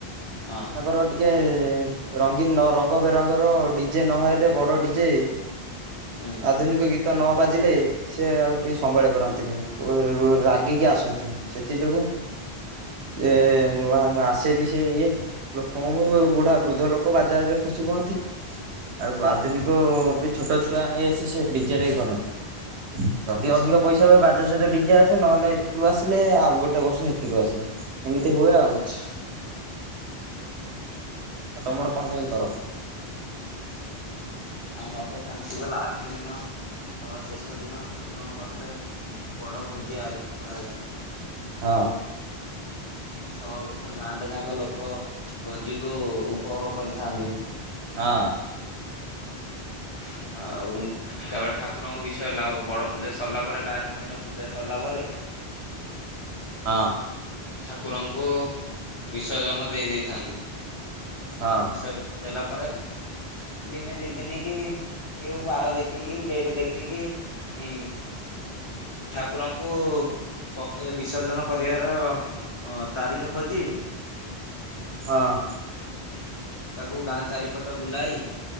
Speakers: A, on the left; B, on the right.
A: ହଁ।
B: ମୋର ଟିକେ ରଙ୍ଗୀନ ନ ରଙ୍ଗ ବେରଙ୍ଗର ଡିଜେ ନହଲେ ବଡ ଡିଜେ
A: ହୁଁ
B: ଆଧୁନିକ ଗୀତ ତ ନ ବାଜିଲେ ସେ ଆଉ ଟିକେ ସମ୍ଭାଳି ପାରନ୍ତିନି। କୋ ଉ ରାଗିକି ଆସ ନ୍ତିନି, ସେଥି ଯୋଗୁ ସେ ନୂଆ -ନୂଆ ଆସେ ବି ସେ ଇଏ, ଲୋକଙ୍କୁ ବୁଢା ବୃଦ୍ଧ ଲୋକ ବାଧ୍ୟ ଖୁସି ହୁଅନ୍ତି। ଆଉ
A: ହଁ
B: ଆଧୁନିକ ଛୋଟ ଛୁଆ ହେଇ ଆସି ସେ ଡିଜରେ କରନ୍ତି। ଯଦି
A: ଆଚ୍ଛା
B: ଅଧିକ ପଇସା ହୁଏ ବା ସହିତ ଡିଜେ ଆସେ। ନହେଲେ ଏଥିରୁ ଆସିଲେ ଆଉ ଗୋଟେ ବର୍ଷ ସେଥିରୁ ଆସେ। ଏମିତି ହୁଏ ଆଉ।
A: ଆଚ୍ଛା
B: ଆଉ ତମର କଣ କେନ୍ତି
A: ଆଚ୍ଛା
B: କର?
A: ଆମର ତ ପଞ୍ଚୁକ ଲାଷ୍ଟ ଦିନ, ସଭା ଶେଷ ଦିନ ଠାକୁରଙ୍କ ପାଖରେ ବଡ ଭୋଜି ଆୟୋଜନ କରାଯାଏ।
B: ହଁ।
A: ସବ, ପୁରା ଗାଁଟା ଯାକ ଲୋକ ଭୋଜିକୁ ଉପଭୋଗ କରିଥାନ୍ତି।
B: ହଁ।
A: <inaudible> ଆଉ ତାପରେ ଠାକୁରଙ୍କ ବିଷୟ ହେଲା, ବଡ ପୂଜା ସରିଲା ପରେ ଲାଷ୍ଟ ଦିନ ପୂଜା ସରିଲା ପରେ
B: ହଁ।
A: ଠାକୁରଙ୍କୁ ବିସର୍ଜନ ଦେଇ ଦେଇଥାନ୍ତି।
B: ହଁ
A: ବିସର୍ଜ ଦେଲା ପରେ, ଦିନେ ଦି ଦିନି କି କେଉ ବାର ଦେଖିକି, ଡେଟ ଦେଖିକି ଇଁ ଠାକୁରଙ୍କୁ ପକେଇ ବିସର୍ଜନ କରିବାର ଅ ତାରିଖ ଖୋଜି
B: ହଁ
A: ତାକୁ ଗାଁ ଚାରିପଟ ବୁଲାଇ